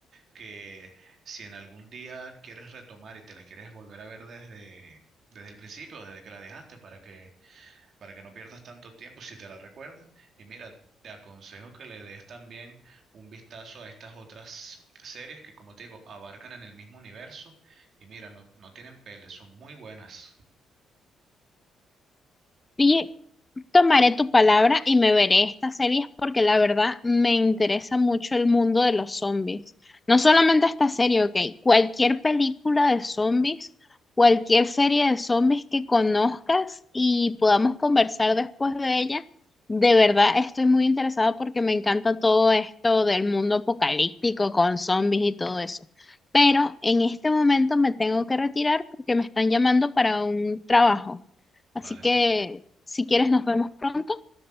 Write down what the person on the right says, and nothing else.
que si en algún día quieres retomar y te las quieres volver a ver desde, desde el principio, desde que la dejaste, para que para que no pierdas tanto tiempo si te la recuerdas. Y mira, te aconsejo que le des también un vistazo a estas otras series que, como te digo, abarcan en el mismo universo. Y mira, no, no tienen pele, son muy buenas.
Vale,
Sa-